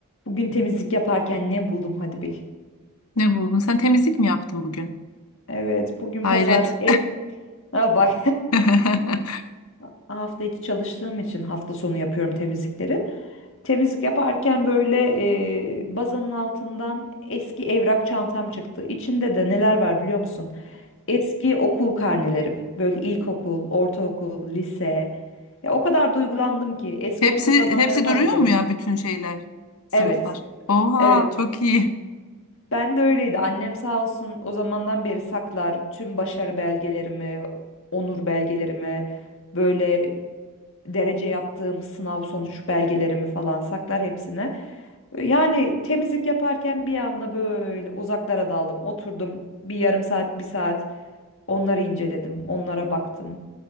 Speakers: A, on the left; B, on the left.
A: Bugün temizlik yaparken ne buldum hadi bil.
B: Ne buldun? Sen temizlik mi yaptın bugün?
A: Evet, bugün
B: Hayret.
A: pazar ev... Ha bak.
B: <laughs>
A: <laughs> Hafta içi çalıştığım için hafta sonu yapıyorum temizlikleri. Temizlik yaparken böyle e, bazanın altından eski evrak çantam çıktı. İçinde de neler var biliyor musun? Eski okul karnelerim. Böyle ilkokul, ortaokul, lise. Ya o kadar duygulandım ki eski
B: Hepsi
A: okul zamanlarımı
B: hepsi duruyor
A: hatırladım.
B: mu ya bütün şeyler, sınıflar?
A: Evet,
B: Oha,
A: evet.
B: çok iyi.
A: Ben de öyleydi. Annem sağ olsun o zamandan beri saklar tüm başarı belgelerimi, onur belgelerimi, böyle derece yaptığım sınav sonuç belgelerimi falan saklar hepsini. Yani temizlik yaparken bir anda böyle uzaklara daldım. Oturdum bir yarım saat, bir saat onları inceledim, onlara baktım.